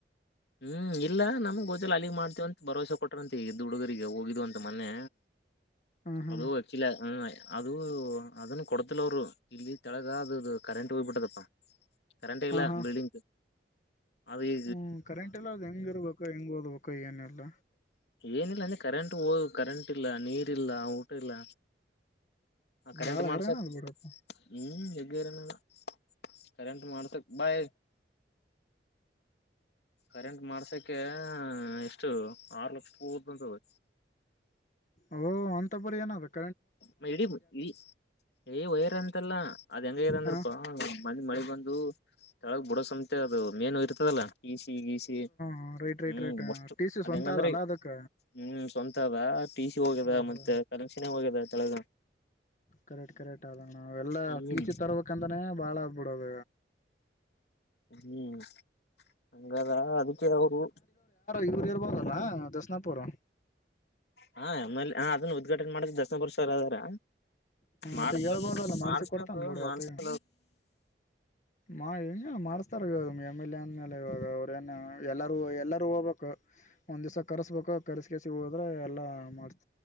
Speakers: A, on the left (about 70°); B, on the left (about 45°).
A: ಹ್ಮ್ ಇಲ್ಲ ನಮ್ಗ್ ಗೋಜಲ್ ಅಲ್ಲಿಗ್ ಮಾಡ್ತೇವಂತ ಭರವಸೆ ಕೊಟ್ರಂತೆ ಈಗ ದುಡುಗರಿಗೆ ಹೋಗಿದ್ದ್ ಅಂತ ಮೊನ್ನೆ
B: ಹ್ಮ್ ಹ್ಮ್
A: ಅದು ವಕಲ ಹ ಅದು ಅದನ್ನು ಕೊಡ್ತಿಲ್ಲ ಅವರು ಇಲ್ಲಿ ತೆಳಗ ಅದದು ಕರೆಂಟ್ ಹೋಗ್ಬಿಟ್ಟದಪ್ಪಾ ಕರೆಂಟ್ ಆಗಲ್ಲ
B: ಹಾ ಹಾ
A: ಬಿಲ್ಡಿಂಗ್ ಅದು ಈ
B: ಹ್ಮ್ ಕರೆಂಟ್ ಎಲ್ಲ ಅದು ಹೆಂಗ ಇರ್ಬೇಕ ಹೆಂಗ್ ಓದ್ಬೇಕ ಏನೆಲ್ಲ
A: ಏನಿಲ್ಲ ಅಂದ್ರೆ ಕರೆಂಟ್ ಹೋದ ಕರೆಂಟ್ ಇಲ್ಲ ನೀರ್ ಇಲ್ಲ ಊಟ ಇಲ್ಲ ಹ ಕರೆಂಟ್
B: ಬಾಳ
A: ಮಾಡ್ಸತ್
B: ಹೈರಾಣ ಅದ್ ಬಿಡಪ್ಪ
A: ಹ್ಮ್ ಕರೆಂಟ್ ಮಾಡ್ತಕ್ ಬಾಯ ಕರೆಂಟ್ ಮಾಡ್ಸಕ ಎಷ್ಟು ಆರು ಲಕ್ಷ ಪೂದಂತದ
B: ಓಹ ಅಂಥ ಪುರಿ ಏನಾಗುತ್ತೆ
A: ಮ ಇಡೀ ಇೀ ಏ್ ವೈರ್ ಅಂತೆಲ್ಲ ಅದ ಹೆಂಗ ಇದ ಅಂದ್ರಪ್ಪಾ
B: ಹಾ
A: ಮ ಮ ಒಂದು ತಳಗ್ ಬಿಡೋಸಂತೆ ಅದು ಮೇನು ಇರ್ತದಲ್ಲ ಈಸಿ ಗೀಸಿ
B: ಹ ರೈಟ್ ರೈಟ್
A: ಹ್ಮ್
B: ರೈಟ್
A: ಒಷ್ಟು
B: ಟಿ ಸಿ
A: ಅದ್
B: ಸ್ವಂತ
A: ಹೆಂಗಂದ್ರಿ
B: ಆದದಲ್ಲ ಅದಕ್
A: ಹ್ಮ್ ಸ್ವಂತ ಅದ ಟಿ ಸಿ ಹೋಗಿದೆ
B: ಹೌದು
A: ಮತ್ತೆ ಕನೆಕ್ಷನ್ೇ ಹೋಗ್ಯಿದೆ ತಳಗ
B: ಕರೆಕ್ಟ್ ಕರೆಕ್ಟ್ ಆದೋಣ ಎಲ್ಲ
A: ಹ್ಮ್
B: ಟೀಚಿ ತರ್ಬೇಕ ಅಂದಾನೆ ಬಾಳ ಬಡದ
A: ಹ್ಮ್ ಹಂಗಾದಾ ಅದಕ್ಕೆ ಅವರು
B: ಇವರು ಇರ್ಬೋದಲ್ಲಾ ದಶನಾಪುರ್
A: ಹಾ ಎಮಲ್ಲಿ ಹ ಅದನ್ನು ಉದ್ಘಾಟನೆ ಮಾಡಿದ ದಸನ ವರ್ಷ ಸರ್ ಅದರ ಮಾಡಸ್ಬೇಕ
B: ಆತಗ್ ಹೇಳ್ಬೋದಲ್ಲ ಮಾಡ್ಸಿ
A: ಮಾಡಸ್ಬೇಕು
B: ಕೊಡ್ತಾನ ಬಿಡು
A: ಮಾಡಸ್
B: ಆತ
A: <inaudible>
B: ಮಾ ಹಿಂಗೆ ಮಾಡಿಸ್ತಾರೆ ಇವಾಗ ಎಮ್ ಎಲ್ ಎ ಅಂದಮೇಲೆ ಇವಾಗ ಅವ್ಏನು ಎಲ್ಲರೂ ಎಲ್ಲರೂ ಹೋಗ್ಬೇಕು ಒಂದ್ ದಿವಸ ಕರ್ಸ್ಬೇಕು ಕರ್ಸಿ ಕಸಿ ಹೋದ್ರೆ ಎಲ್ಲಾ ಮಾಡ್ತ